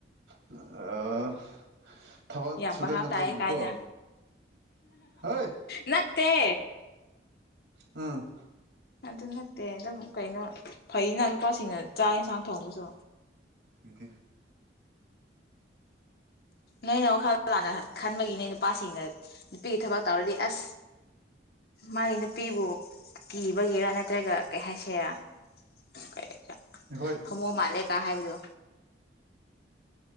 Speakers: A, on the right (about 80°); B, on the left (about 55°).
A: ꯑ ꯊꯕꯛ
B: ꯌꯥꯝꯝꯕ
A: ꯁꯨꯗꯅꯕꯒꯤꯀꯣ
B: ꯍꯥ ꯇꯥꯏ ꯀꯥꯏꯅ
A: ꯍꯣꯏ
B: ꯅ ꯇ
A: ꯎꯝ
B: ꯑꯗꯨ ꯅꯠꯇꯦ ꯑꯗꯨꯝ ꯀꯩꯅꯣ ꯐꯩꯅ ꯅꯨꯄꯥꯁꯤꯡꯅ ꯆꯥꯛ ꯌꯦꯟꯁꯥꯡ ꯊꯣꯡꯕꯁꯨ
A: ꯃꯤꯗꯤꯤꯡ
B: ꯅꯣꯏꯅ ꯋꯥꯈꯜ ꯇꯥꯅ ꯈꯟꯕꯒꯤꯅꯦ ꯅꯨꯄꯥꯁꯤꯡꯅ ꯅꯨꯄꯤꯒꯤ ꯊꯕꯛ ꯇꯧꯔꯗꯤ ꯑꯁ ꯃꯥꯒꯤ ꯅꯨꯄꯤꯤꯕꯨ ꯀꯤꯕꯒꯤꯦꯔꯥ ꯅꯠꯇ꯭ꯔꯒ ꯀꯩ ꯍꯥꯏꯁꯦꯔꯥꯣ
A: ꯍꯣꯏ
B: ꯃꯥꯜꯂꯦ ꯀꯥ ꯍꯥꯏꯕꯣ